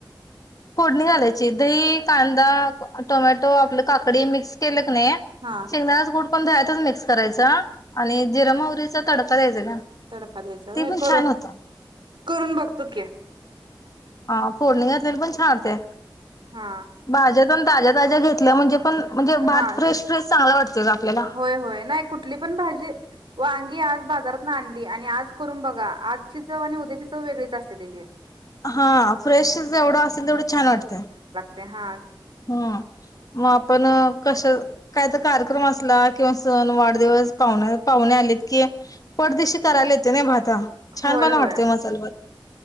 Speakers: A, on the left; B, on the right.
A: फोडणी घालायची दही कांदा टोमॅटो आपल्या... काकडी मिक्स केलं कणी
B: हा
A: शेंगदानाचे कुट.... पण दह्यातच मिक्स करायचा आणि जिर मावरीच... तडका द्यायचा गं.
B: तडका द्यायचा
A: ते
B: होय
A: पण
B: करून..
A: छान होतं.
B: करून बघतो कि..
A: हा फोडणी घातलेली पण छान होते.
B: हा...
A: भाज्या पण ताज्या ताज्या घेतल्या म्हणजे पण... म्हणजे भात
B: हा
A: फ्रेश फ्रेश चांगला वाटतोय गं आपल्याला.
B: होय होय नाही कुठली पण भाजी वांगी आज बाजारत. आणली आणि आज करून बघा आजची चव आणि उद्याची चव वेगळीच असते त्याची...
A: हा फ्रेश जेवढं असेल तेवढं छान वाटते.
B: ते हा
A: ह मग आपण कस, काय तर कार्यक्रम असला, किंवा सण, वाढदिवस, पाहुण्या पाहुणे आलेत की पटदिशी करायला येते... छानपणा
B: होय होय
A: वाटतो मसाले भात....